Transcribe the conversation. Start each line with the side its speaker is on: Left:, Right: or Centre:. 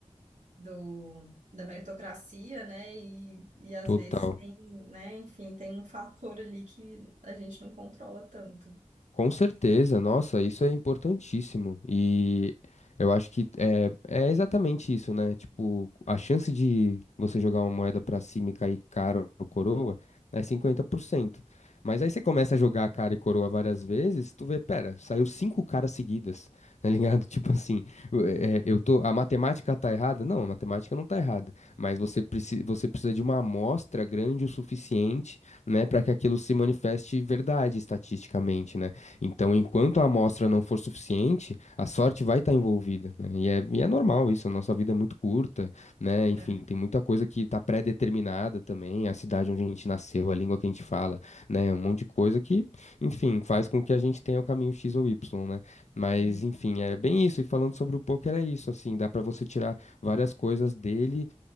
Right: do, da meritocracia, né? E, e às
Left: Total.
Right: vezes tem, né? Enfim, tem um fator ali que a gente não controla tanto.
Left: Com certeza, nossa, isso é importantíssimo. E eu acho que é, é exatamente isso, né? Tipo, a chance de você jogar uma moeda pra cima e cair cara ou coroa é 50%. Mas aí você começa a jogar cara e coroa várias vezes, tu vê, pera, saiu cinco caras seguidas, tá ligado? <laughs> Tipo assim, eu é, eu tô, a matemática tá errada? Não, a matemática não tá errada, mas você, precisa, você precisa de uma amostra grande o suficiente, né, para que aquilo se manifeste verdade estatisticamente, né? Então, enquanto a amostra não for suficiente, a sorte vai estar envolvida, né? E é, e é normal isso, a nossa vida é muito curta, né? Enfim,
Right: É.
Left: tem muita coisa que está pré-determinada também, a cidade onde a gente nasceu, a língua que a gente fala, né? Um monte de coisa que, enfim, faz com que a gente tenha o caminho X ou Y, né? Mas,
Right: É.
Left: enfim, é bem isso. E falando sobre o poker, é isso, assim, dá para você tirar várias coisas dele,